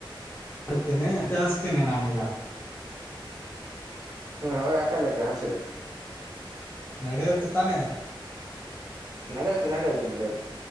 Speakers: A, on the left (about 25°); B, on the right (about 45°).
A: ಮಾಡ್ತೇನೆ, ವಿಚಾರ್ಸ್ತೇನೆ ನಾನೀಗ.
B: ಹ್ಮ್ <unintelligible>
A: ನಡೆಯುತ್ತೆ ತಾನೇ?
B: ನಡೆಯುತ್ತೆ ನಡೆಯುತ್ತೆ ನಡೆಯುತ್ತೆ.